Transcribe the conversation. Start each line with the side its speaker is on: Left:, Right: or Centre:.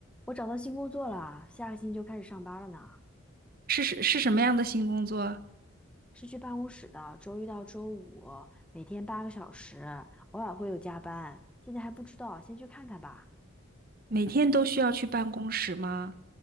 Centre: 我找到新工作了，下个星期就开始上班了呢。
Right: 是是是什么样的新工作？
Centre: 是去办公室的，周一到周五，每天八个小时，偶尔会有加班。现在还不知道，先去看看吧。
Right: 每天都需要去办公室吗？